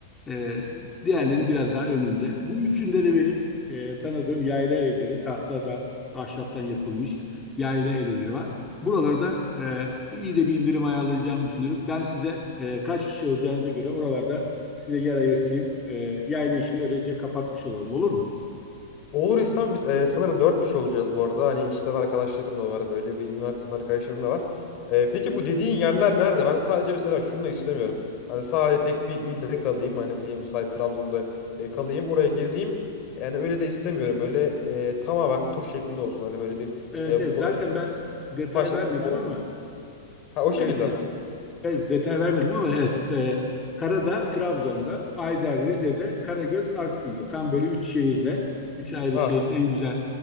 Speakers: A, on the left (about 15°); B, on the left (about 40°).
A: e, diğerlerinin biraz daha önünde. Bu üçünde de benim e, tanıdığım yayla evleri tahtadan, ahşaptan yapılmış yayla evleri var. Buralarda e, iyi de bir indirim ayarlayacağımı düşünüyorum. Ben size e, kaç kişi olacağınıza göre oralarda Size yer ayırtayım. E, yayla işini öylece kapatmış olalım olur mu?
B: Olur İslam biz e, sanırım 4 kişi olacağız bu arada. Hani işten arkadaşlarım da var böyle bir üniversiteden arkadaşlarım da var. E, peki bu dediğin yerler nerede? Ben sadece mesela şunu da istemiyorum. Hani sadece tek bir ilde kalayım. Hani diyelim ki sadece Trabzon'da e, kalayım. Oraya gezeyim. Yani öyle de istemiyorum. Böyle e, tamamen bir tur şeklinde olsun. Hani böyle bir
A: Evet
B: e,
A: evet
B: bu-
A: zaten ben detay
B: başlasın.
A: vermedim ama
B: Ha, o şekilde
A: evet evet.
B: mi?
A: Evet, detay vermedim ama evet. e, Karada, Trabzon'da, Ayder, Rize'de, Karagöl, Artvin'de. Tam böyle üç şehirde, üç ayrı
B: Ha,
A: şehrin en güzel